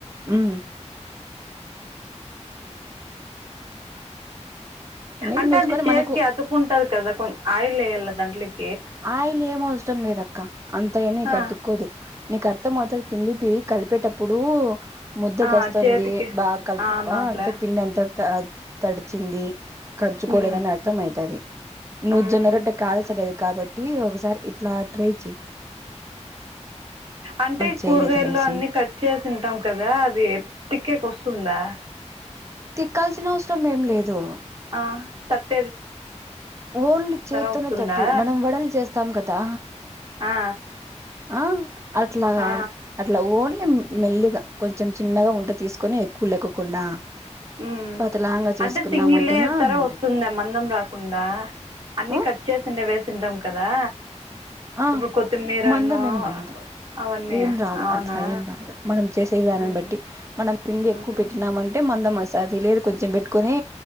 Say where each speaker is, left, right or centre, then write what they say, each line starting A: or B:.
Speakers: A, on the right; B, on the right.
A: హ్మ్ నీళ్ళు
B: అంటే
A: పోసుకొని
B: అది చేతికి
A: మనకు
B: అతుకుంటది కదా కొం ఆయిల్ వేయాల <unintelligible>
A: ఆ ఏమీ అవసరం లేదక్క అంత ఏమి
B: ఆ!
A: గతుక్కోదు నీకు అర్థం అవుతది పిండి పి కలిపేటప్పుడు ముద్దకు
B: ఆ!
A: వస్తుంది
B: చేతికి
A: బాగా కలుపుకో
B: అవునవునులే.
A: అంతే పిండి అంతా త తడిచింది కరుచుకోలేదని
B: హ్మ్.
A: అర్థం అయితది.
B: హ్మ్.
A: నువ్ జొన్న రొట్టె కాల్చలేద్ కాబట్ ట్టి ఒకసారి ఇట్లా ట్రై చేయ్
B: అంటే
A: చేయలేదనేసి
B: కూరగాయల్లో అన్ని కట్ చేసింటాం కదా అది పికిల్ కి వస్తుందా
A: తిక్కాల్సిన అవసరం ఏం లేదు
B: త
A: ఓన్లీ చేత్తోనే
B: వస్తుందా
A: తట్టి మనం వడలు చేస్తాం కదా
B: ఆ
A: ఆ అట్లగా
B: ఆ
A: అట్లా ఓన్లీ మెల్లిగా కొంచెం చిన్నగా ఉంట తీసుకొని ఎక్కువ లేకోకుండా
B: హ్మ్
A: పతలాంగ చేసుకున్నామ
B: అంటే సింగిల్
A: అంటేనా
B: లేయర్ తర
A: ఉంటాయి
B: వస్తుందా మందం రాకుండా అన్ని
A: ఆ
B: కట్ చేసిండే వేసి తింటాం కదా
A: ఆ
B: ఇప్పుడు కొత్తిమీరను
A: మందమేం రాదు
B: అవన్నీ
A: ఏం రాదు
B: అవునా
A: అట్లా ఏం రాదు మనం చేసే విధానాన్ని
B: హ్మ్
A: బట్టి మనం పిండి
B: హ్మ్
A: ఎక్కువ పెట్టినాము అంటే మందం వస్తు ది లేదు కొంచెం పెట్టుకొని